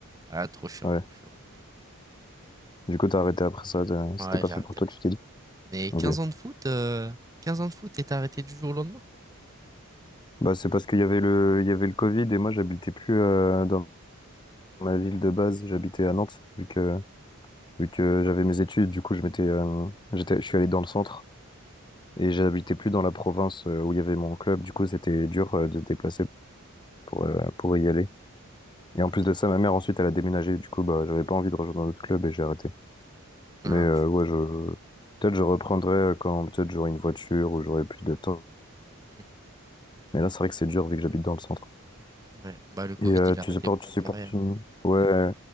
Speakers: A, on the right (about 15°); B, on the left (about 20°).
A: Ah trop chiant,
B: Ouais.
A: trop chiant.
B: Du coup, t'as arrêté après ça, t'as- c'était
A: Ouais,
B: pas
A: j'ai
B: fait
A: arrêté
B: pour toi, tu t'es dit?
A: Mais
B: Ok.
A: 15 ans de foot, heu, 15 ans de foot et tu arrêté du jour au lendemain?
B: Bah, c'est parce qu'il y avait le, il y avait le Covid et moi, j'habitais plus euh, dans ma ville de base, j'habitais à Nantes, vu que vu que j'avais mes études, du coup, je m'étais, euh, j'étais, je suis allé dans le centre et j'habitais plus dans la province euh, où il y avait mon club. Du coup, c'était dur euh, de se déplacer pour, euh, pour y aller. Et en
A: OK.
B: plus de ça, ma mère ensuite, elle a déménagé. Du coup, bah, j'avais pas envie de rejoindre un autre club et j'ai arrêté.
A: Ah,
B: Mais euh,
A: je
B: ouais, je peut-être je reprendrai euh, quand peut-être j'aurai une voiture ou j'aurai plus de temps.
A: mmh,
B: Mais là, c'est vrai que c'est dur vu que j'habite dans le centre.
A: ouais, bah, le covid,
B: Et euh,
A: il a arrêté
B: tu supportes,
A: beaucoup
B: tu
A: de
B: supportes
A: carrières,
B: une...
A: hein.
B: Ouais,